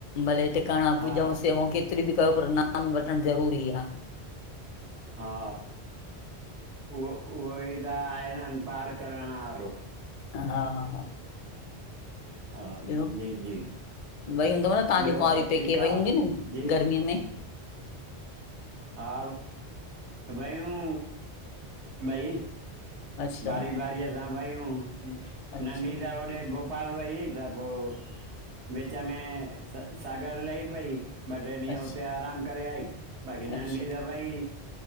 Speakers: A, on the left; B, on the right.
A: भले टिकाणा
B: हा
A: पूजाऊ सेवाऊ के कतरी बि कयो, पर नाम वठण ज़रूरी आ।
B: हा, उहो उहो ई <unintelligible> पार करणु वारो।
A: हा हा हा
B: हा,
A: ॿियो
B: जी जी
A: वई हूंदव न, तव्हांजी
B: ॿियो
A: कुंआारी
B: सभु
A: पेके
B: ठीकु आहे
A: वेई हूंदी न
B: जी
A: गर्मीअ में?
B: हा वयूं ॿई।
A: अच्छा
B: बारी बारीअ अ सां भयूं,
A: अच्छा
B: नंढी त होॾे पपाल वईीई त पोइ विच में सागर लही पई ॿ टे ॾींहं
A: अछ
B: हुते आरामु करे आई बाक़ी
A: अच्छा
B: नंढी त भई